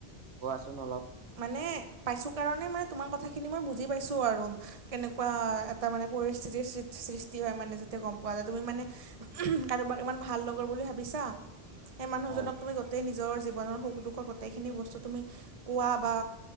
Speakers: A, on the right; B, on the right.
A: কোৱাচোন অলপ
B: মানে পাইছোঁ কাৰণে মানে তোমাৰ কথাখিনি মই বুজি পাইছোঁ আৰু কেনেকুৱা এ তা মানে পৰিস্থিতিৰ সৃষ্টি হয় মানে যেতিয়া গম পোৱা যায় তুমি মানে কাৰোবাক ইমান ভাল লগৰ বুলি ভাবিছা সেই মানুহজনক
A: হয়
B: তুমি গোটেই নিজৰ জীৱনৰ সুখ দুখৰ গোটেইখিনি বস্তু তুমি কোৱা বা